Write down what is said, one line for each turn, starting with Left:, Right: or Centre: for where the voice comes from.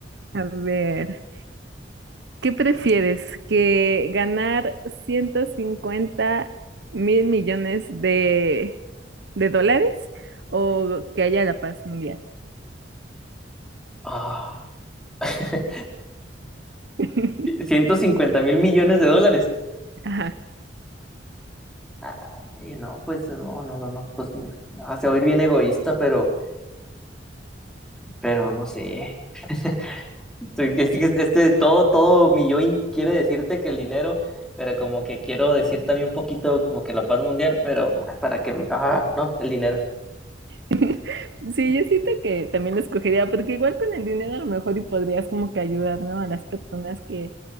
Right: A ver. ¿Qué prefieres? ¿Que ganar 150 mil millones de, de dólares o que haya la paz mundial?
Centre: Ah, <laughs>
Right: <laughs>
Centre: ciento cincuenta mil millones de dólares.
Right: Ajá.
Centre: Ah, y no, pues no, no, no, no, pues no, ah, se va a oír bien egoísta, pero, pero no sé. <laughs> Tú, que- que Este, todo, todo mi yo in- quiere decirte que el dinero, pero como que quiero decir también un poquito como que la paz mundial, pero ah, para que, ah, no, el dinero.
Right: <laughs> Sí, yo siento que también lo escogería, porque igual con el dinero a lo mejor y podrías como que ayudar, ¿no? A las personas que